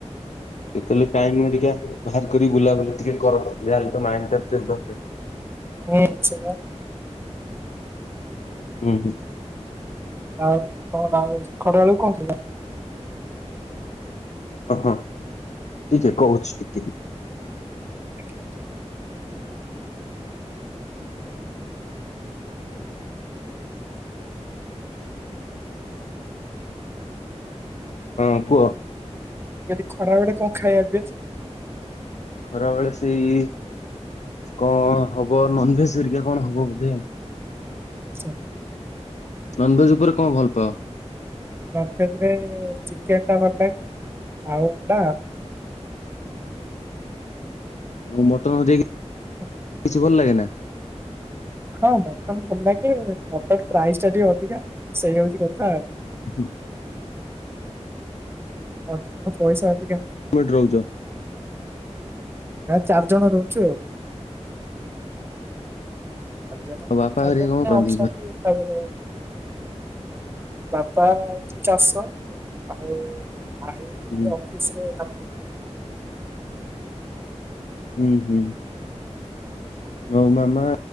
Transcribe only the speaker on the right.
ହୁଁ ସେଇୟା।
ଆଉ କଣ ଖଡବେେଳକୁ କଣ ଥିଲା?
ଆଜ୍ଞା।
ଯଦି ଖରାବେଳେ କଣ ଖାଇବାପିଇବା ସବୁ?
ଆଚ୍ଛା।
ନମଭେଜରେ ଚିକେନଟା ଭଲ ଲାଗେ ଆଉ ଅଣ୍ଡା।
ହ
ହଁ ମଟନ ଭଲ ଲାଗେ ମଟନ ପ୍ରାଇସ୍ ଟା ଟିକେ ଅଧିକା ସେଇ ହଉଛି କଥା ଆଉ।
ମଟନ ପଇସା ଅଧିକା।
ଚାରି ଜଣ ରହୁଛୁ ଆଉ। ଚାର୍ଜଣ
ଚାର୍ଜଣ
ଅଛନ୍ତି
ତାପରେ ବାପା ଏଠୁ ଚାରିଶହ ଆଉ ଭାଇ ଯେ
ଅଫିସରେ କାମଥିଲା।